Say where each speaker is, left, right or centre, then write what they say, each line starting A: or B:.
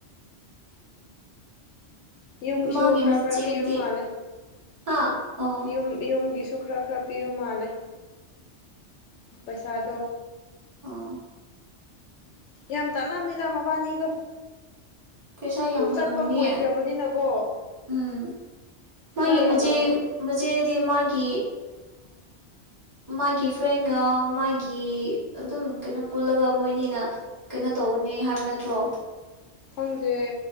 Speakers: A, on the left; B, on the right.
A: ꯌꯨꯝꯒꯤꯁꯨ
B: ꯃꯥꯒꯤ
A: ꯈꯔ
B: ꯃꯆꯦꯕꯨꯗꯤ
A: ꯈꯔ ꯄꯤꯕ ꯃꯥꯜꯂꯦ
B: ꯍꯥ ꯑꯣ
A: ꯌꯨꯝ ꯌꯨꯝꯒꯤꯁꯨ ꯁ ꯈꯔ ꯈꯔ ꯄꯤꯌꯨ ꯃꯥꯜꯂꯦ ꯄꯩꯁꯥꯗꯣ
B: ꯑꯥ
A: ꯌꯥꯝ ꯇꯜꯂꯝꯅꯤꯗ ꯃꯕꯥꯅꯤꯗꯣ
B: ꯄꯩꯁꯥ ꯌꯥꯝ
A: ꯑꯗꯨꯝ
B: ꯐꯪꯉꯝꯒꯅꯤꯌꯦ
A: ꯆꯠꯄ ꯀꯨꯏꯈ꯭ꯔꯕꯅꯤꯅꯀꯣ
B: ꯎꯝ
A: ꯄꯩꯁꯥ
B: ꯃꯥꯒꯤ
A: ꯌꯥꯝ
B: ꯃꯆꯦ
A: ꯂꯥꯝꯒꯅꯤ
B: ꯃꯆꯦꯗꯤ ꯃꯥꯒꯤ ꯃꯥꯒꯤ ꯐ꯭ꯔꯦꯟꯒ ꯃꯥꯒꯤ ꯑꯗꯨꯝ ꯀꯩꯅꯣ ꯄꯨꯜꯂꯒ ꯃꯣꯏꯅꯤꯅ ꯀꯩꯅꯣ ꯇꯧꯕꯅꯦ ꯍꯥꯏꯕ ꯅꯠꯇ꯭ꯔꯣ
A: ꯐꯪꯖꯦ